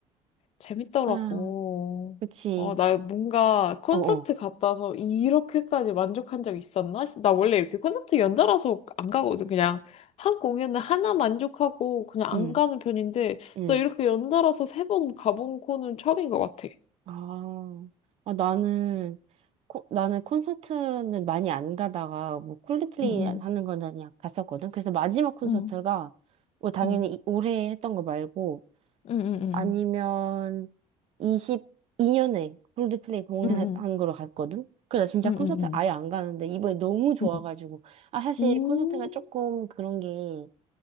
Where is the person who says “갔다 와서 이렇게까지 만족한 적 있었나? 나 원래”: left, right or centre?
Left